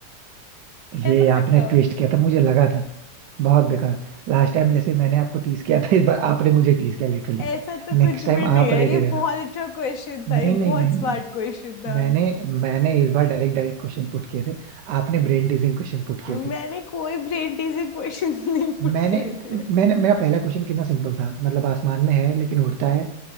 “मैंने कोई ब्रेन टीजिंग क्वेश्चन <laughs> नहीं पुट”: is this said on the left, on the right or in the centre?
Left